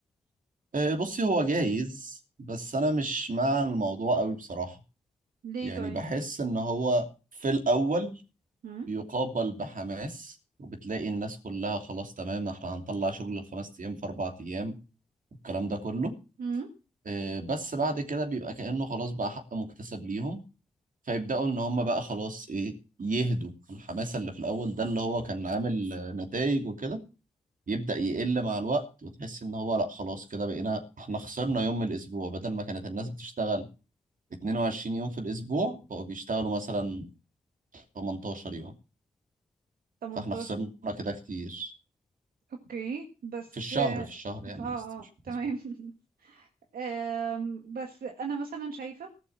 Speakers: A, on the right; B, on the right.
A: آه، بصي هو جايز بس انا مش مع الموضوع قوي بصراحة
B: ليه
A: يعني
B: طيب
A: بحس ان هو في الاول
B: هم
A: بيقابل بحماس وبتلاقي الناس كلها خلاص تمام احنا هنطلع شغل الخمس ايام في اربع ايام والكلام ده كله
B: هم
A: آه، بس بعد كده بيبقى كأنه خلاص بقى حق مكتسب ليهم فيبدأوا ان هم بقى خلاص ايه يهدوا الحماس اللي في الاول ده اللي هو كان عامل نتائج وكده يبدأ يقل مع الوقت وتحس ان هو لا خلاص كده بقينا احنا خسرنا يوم من الاسبوع بدل ما كانت الناس بتشتغل 22 يوم في الاسبوع بقوا بيشتغلوا مثلا 18 يوم
B: 18
A: فاحنا خسرنا كده كتير
B: اوكي بس
A: في الشهر
B: اه
A: في الشهر يعني
B: آه،
A: قصدي مش
B: آه،
A: في
B: تمام
A: الاسبوع
B: <laughs> آم، بس انا مثلا شايفة